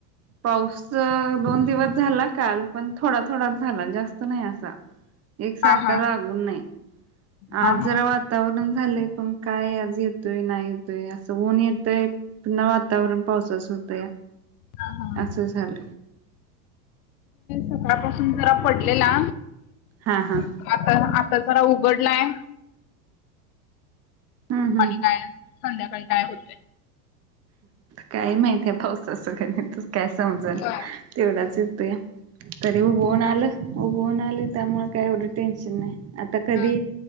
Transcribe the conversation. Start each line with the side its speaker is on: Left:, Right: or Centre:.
Right: पाऊस दोन दिवस झाला काल पण थोडा-थोडाच झाला जास्त नाही असा. एक सारक
Left: हा हा
Right: लागून नाही.
Left: हा
Right: आज
Left: हा.
Right: जरा वातावरण झालंय, पण काय आज येतोय नाही येतोय, असं ऊन येतय पुन्हा वातावरण पावसाच होतय.
Left: हा हा
Right: असं झाल.
Left: सकाळ पासून जरा पडलेला.
Right: हां हां.
Left: आता आता जरा उघडलाय
Right: हम्म हम्म
Left: आणि काय. संध्याकाळी काय होतय.
Right: काय माहिती या पावसाचं गणित काय समजना
Left: होय
Right: तेवढाच येतोय. तरी उगवून
Left: होय.
Right: आलं, उगवून आलं त्यामुळ काय एवढं टेन्शन नाही. आता कधी
Left: हा